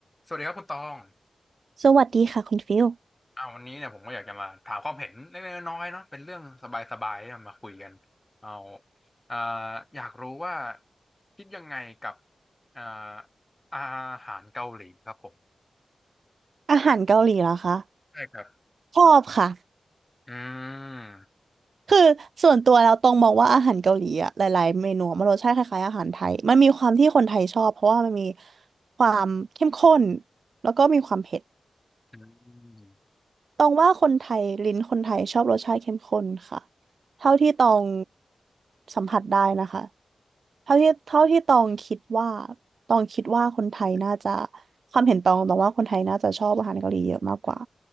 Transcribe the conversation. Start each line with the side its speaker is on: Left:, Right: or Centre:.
Left: สวัสดีครับคุณตอง
Right: สวัสดีค่ะคุณฟิล
Left: อ่าวันนี้เนี่ยผมก็อยากจะมาถามความเห็นเล็กๆน้อยๆเนาะเป็นเรื่องสบายๆเอามาคุยกันเอาอ่าอยากรู้ว่าคิดยังไงกับอ่าอาหารเกาหลีครับผม
Right: อาหารเกาหลีเหรอคะ
Left: ใช่ครับ
Right: ชอบค่ะ
Left: อืม
Right: คือส่วนตัวแล้วตรงมองว่าอาหารเกาหลีอะหลายๆเมนูมันรสชาติคล้ายๆอาหารไทยมันมีความที่คนไทยชอบเพราะว่ามันมีความเข้มข้นแล้วก็มีความเผ็ด
Left: อืม
Right: ตรงว่าคนไทยลิ้นคนไทยชอบรสชาติเข้มข้นค่ะเท่าที่ตองสัมผัสได้นะคะเท่าที่เท่าที่ตองคิดว่าตองคิดว่าคนไทยน่าจะความเห็นตองตองว่าคนไทยน่าจะชอบอาหารเกาหลีเยอะมากกว่า